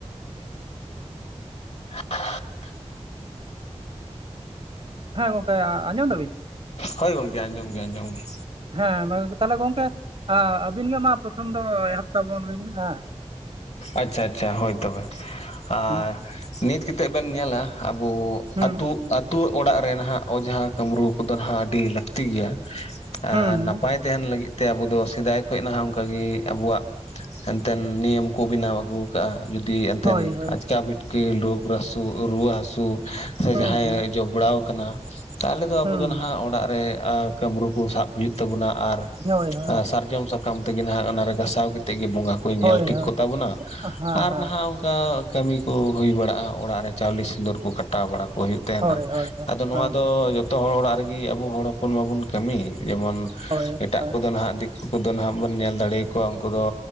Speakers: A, on the left; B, on the right.
A: <unintelligible>
B: ᱦᱮᱸ ᱜᱚᱝᱠᱮ ᱟᱸᱡᱚᱢ ᱫᱟᱵᱤᱱ,
A: ᱦᱳᱭ ᱜᱚᱝᱠᱮ ᱟᱸᱡᱚᱢ ᱜᱮ ᱟᱸᱡᱚᱢ ᱜᱮ
B: ᱦᱮᱸ ᱛᱟᱦᱚᱞᱮ ᱜᱚᱝᱠᱮ ᱟᱵᱤᱱ ᱜᱮ ᱢᱟ ᱯᱨᱚᱛᱷᱚᱢ ᱫᱚ ᱮᱦᱚᱯ ᱛᱟᱵᱚᱱ ᱵᱤᱱ ᱦᱮᱸ
A: ᱟᱪᱷᱟ ᱟᱪᱷᱟ ᱦᱳᱭ ᱛᱚᱵᱮ ᱟᱨ
B: ᱦᱩᱸ
A: ᱱᱤᱛ ᱠᱮᱛᱮᱫ ᱵᱮᱱ ᱧᱮᱞᱟ ᱟᱵᱚ
B: ᱦᱩᱸ
A: ᱟᱹᱛᱩ ᱟᱹᱛᱩ ᱚᱲᱟᱜ ᱨᱮ ᱱᱟᱦᱟᱜ ᱚᱡᱷᱟ ᱠᱟᱢᱨᱩ ᱠᱚᱫᱚ ᱦᱟᱸᱜ ᱟᱹᱰᱤ ᱞᱟᱹᱠᱛᱤ ᱜᱮᱭᱟ᱾ ᱟᱻᱻ
B: ᱦᱩᱸ
A: ᱱᱟᱯᱟᱭ ᱛᱟᱦᱮᱱ ᱞᱟᱹᱜᱤᱫ ᱛᱮ ᱟᱵᱚ ᱫᱚ ᱥᱮᱫᱟᱭ ᱠᱷᱚᱱ ᱱᱟᱦᱟᱜ ᱚᱱᱠᱟ ᱜᱮ ᱟᱵᱚᱣᱟᱜ ᱮᱱᱛᱮᱱ ᱱᱤᱭᱚᱢ ᱠᱚ ᱵᱮᱱᱟᱣ ᱟᱹᱜᱩ ᱟᱠᱟᱜ-ᱟ ᱡᱩᱫᱤ ᱮᱱᱛᱮᱱ
B: ᱦᱳᱭ ᱦᱳᱭ
A: ᱟᱪᱠᱟ ᱵᱤᱴᱠᱟᱹ ᱦᱟᱹᱥᱩ ᱨᱩᱣᱟᱹ ᱦᱟᱹᱥᱩ ᱥᱮ
B: ᱦᱩᱸ
A: ᱡᱟᱦᱟᱸᱭ
B: ᱦᱩᱸ
A: ᱡᱚᱵᱲᱟᱣ ᱠᱟᱱᱟ ᱛᱟᱦᱞᱮ ᱫᱚ ᱟᱵᱚ
B: ᱦᱩᱸ
A: ᱫᱚ ᱦᱟᱸᱜ ᱚᱲᱟᱜ ᱨᱮ ᱟ ᱠᱟᱹᱢᱨᱳ ᱠᱚ ᱥᱟᱵ ᱦᱩᱭᱩᱜ ᱛᱟᱵᱚᱱᱟ ᱟᱨ
B: ᱦᱳᱭ ᱦᱳᱭ
A: ᱥᱟᱨᱡᱚᱢ ᱥᱟᱠᱟᱢ ᱥᱟᱠᱟᱢ ᱛᱮᱜᱮ ᱱᱟᱸᱜ ᱚᱱᱟ ᱨᱮ ᱜᱟᱥᱟᱣ ᱠᱟᱛᱮᱜ ᱜᱮ ᱵᱚᱸᱜᱟ ᱠᱚᱭ ᱧᱮᱞ
B: ᱦᱳᱭ
A: ᱴᱷᱤᱠ
B: ᱦᱳᱭ
A: ᱠᱚ ᱛᱟᱵᱚᱱᱟ
B: ᱦᱮᱸ
A: ᱟᱨ
B: ᱦᱮᱸ
A: ᱱᱟᱦᱟᱜ ᱚᱱᱠᱟ ᱠᱟᱹᱢᱤ ᱠᱚ ᱦᱩᱭ ᱵᱟᱲᱟᱜ-ᱟ ᱚᱲᱟᱜ ᱨᱮ ᱪᱟᱣᱞᱮ ᱥᱤᱸᱫᱩᱨ ᱠᱚ ᱠᱟᱴᱟᱣ ᱵᱟᱲᱟ ᱠᱚ ᱦᱩᱭᱩᱜ ᱛᱮ
B: ᱦᱳᱭ
A: ᱱᱟ
B: ᱦᱳᱭ ᱦᱳᱭ
A: ᱟᱫᱚ ᱱᱚᱣᱟ
B: ᱦᱮᱸ
A: ᱫᱚ ᱡᱚᱛᱚ ᱦᱚᱲ ᱚᱲᱟᱜ ᱨᱮᱜᱮ ᱟᱵᱚ ᱦᱚᱲ ᱦᱚᱯᱚᱱ ᱢᱟᱵᱚᱱ ᱠᱟᱹᱢᱤ ᱡᱮᱢᱚᱱ
B: ᱦᱳᱭ
A: ᱮᱴᱟᱜ
B: ᱦᱳᱭ
A: ᱠᱚᱫᱚ ᱱᱟᱦᱟᱜ ᱫᱤᱠᱩ ᱫᱚ ᱩᱱᱠᱩ ᱫᱚ ᱱᱟᱦᱟᱜ ᱵᱚᱱ ᱧᱮᱞ ᱫᱟᱲᱮ ᱟᱠᱚᱣᱟ ᱩᱱᱠᱩ ᱫᱚ